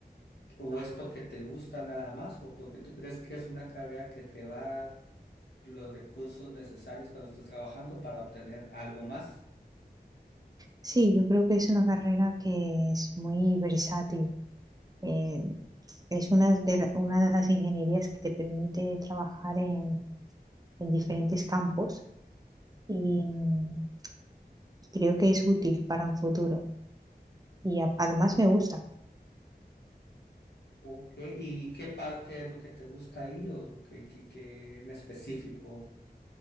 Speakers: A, on the left; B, on the right.
A: o es porque te gusta nada más, o porque tú crees que es una carrera que te va a dar los recursos necesarios cuando estés trabajando para obtener algo más.
B: Sí, yo creo que es una carrera que es muy versátil. Eh, Es una de, una de las ingenierías que te permite trabajar en, en diferentes campos y, mm, y creo que es útil para un futuro. Y a- además me gusta.
A: Ok. ¿Y qué parte es lo que te gusta ahí o qué, qué- qué en específico?